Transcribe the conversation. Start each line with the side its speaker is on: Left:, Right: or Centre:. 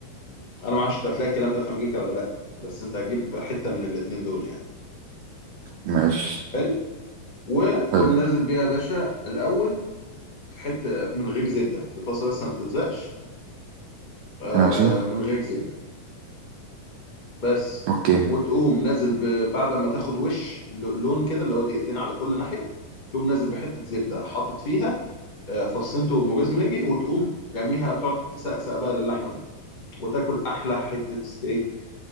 Left: انا ما اعرفش انت هتلاقي الكلام ده في امريكا ولا لا بس انت هتجيب حته من الاتنين دول يعني
Right: ماشي
Left: حلو وتقوم
Right: حلو
Left: نازل بيها يا باشا الاول في حته من غير زبده في طاسه بس ما بتلزقش آه
Right: ماشي
Left: من غير زبده بس
Right: اوكي
Left: وتقوم نازل ب... بعد ما تاخد وش ل- لون كده اللي هو دقيقتين على كل ناحيه تقوم نازل بحته زبده حاطط فيها آه، فصين توم وروزماري وتقوم راميها تقعد تسقسق بقى للحمه منها وتاكل احلى حته ستيك